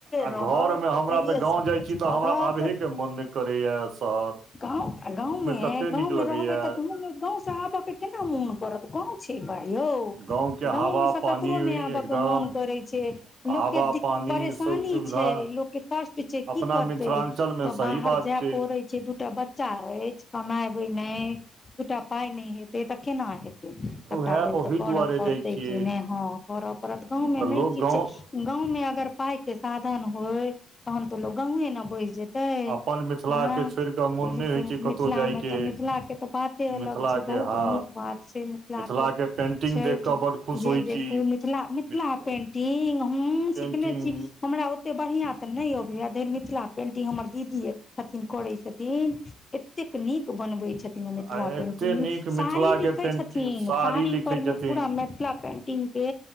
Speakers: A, on the right; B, on the left.
A: आ
B: रहत
A: घरमे हमरा
B: एतहिए
A: तऽ गाँव
B: सभकिछु
A: जाइ छी तऽ
B: करत
A: हमरा आबहे केँ मोन नै करैए शहर
B: गाँव गाँवमे
A: तते
B: गाँवमे
A: नीक लगैया
B: रहबै तऽ गांव गाँव से आवै केँ केना मोन करत गाँव छियै बा यौ
A: गाँवके
B: गाँवमे
A: हवा
B: सँ
A: पानी
B: ककरो नै आबय
A: एकदम
B: कऽ मोन करै छै लोक
A: हवा
B: दिक
A: पानी
B: <inaudible> परेशानी
A: सब सुविधा
B: छै लोक केँ कष्ट छै की
A: अपना
B: करते
A: मिथिलाञ्चलमे
B: तऽ
A: सही
B: बाहर
A: बात
B: जाय
A: छै
B: पड़े छै दूटा बच्चा ऐछ कमाबे नै दूटा पाय नै हेते तऽ केना हेते सभटा
A: उएह
B: मिल
A: ओहि
B: तऽ करऽ
A: दुआरे
B: पड़तै
A: जाइ छियै
B: कि नय हँ करऽ पड़त गाँव
A: तऽ
B: मे नय
A: लोक
B: किछ
A: गाँव
B: गांव मे अगर पाय के साधन होय तहन तो लोग गांवे न बसि जेतै तै
A: अपन मिथिलाके
B: हँ
A: छोड़ि कऽ मोन
B: जैसे
A: नहि होइ छै
B: मिथिला
A: कतहु जायके
B: मे तऽ मिथिला के तऽ बात एते अलग
A: मिथिलाके
B: छै बहुत
A: हँ
B: नीक बात छै मिथिला
A: मिथिलाके
B: के
A: पेन्टिंग
B: छठि
A: देख कऽ बड्ड खुश
B: जे
A: होइ
B: देखू
A: छी
B: मिथिला मि
A: मिथिला
B: थला पेंटिंग ऊं
A: पेन्टिंग
B: सिखनेे छी हमरा ओते बढ़िआँ तऽ नय अबैया धैर मिथिला पेन्टिंग हमर दीदी छथिन करै छथिन एतेक नीक बनबै छथि न मिथिला
A: आ एते
B: पेंटिंग
A: नीक मिथिलाके
B: साड़ी लिखै
A: पेन्टिंग
B: छथिन साड़ी
A: लिखै
B: पर
A: छथिन
B: मे पूरा मिथिला पेंटिंग के